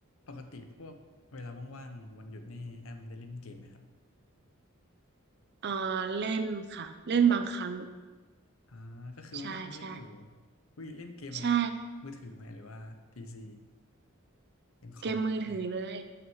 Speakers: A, on the left; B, on the right.
A: ปกติพวกเวลาว่างๆวันหยุดนี่แอมได้เล่นเกมไหมครับ
B: เออเล่นค่ะเล่นบางครั้ง
A: อ่าก็คือว่างๆก็เล่นอยู่
B: ใช่ใช่
A: อุ้ยเล่นเกม
B: ใช่
A: มือถือไหมหรือว่าพีซีเกมคอมไหม
B: เกมมือถือเลย